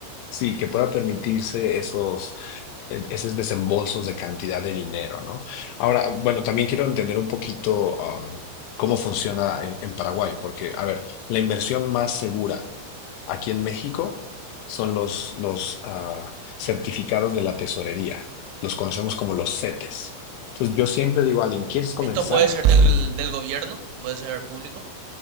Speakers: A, on the left; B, on the right.
A: sí, que pueda permitirse esos eh, esos desembolsos de cantidad de dinero, ¿no? Ahora, bueno, también quiero entender un poquito um, cómo funciona en, en Paraguay, porque, a ver, la inversión más segura aquí en México son los, los ah, certificados de la tesorería, los conocemos como los CETES. Entonces, yo siempre digo a alguien, ¿quieres comenzar?
B: Esto puede ser del, del gobierno, puede ser público,